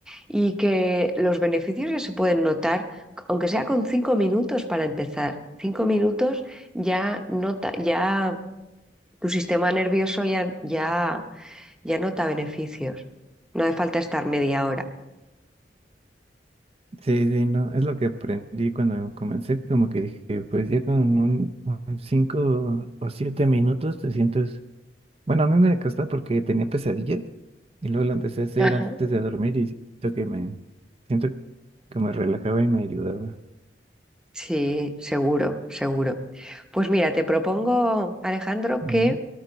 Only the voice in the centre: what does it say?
y que los beneficios ya se pueden notar, aunque sea con cinco minutos para empezar. Cinco minutos ya nota, ya tu sistema nervioso ya, ya ya nota beneficios. No hace falta estar media hora.
Ajá.
Sí, seguro, seguro. Pues mira, te propongo, Alejandro,
que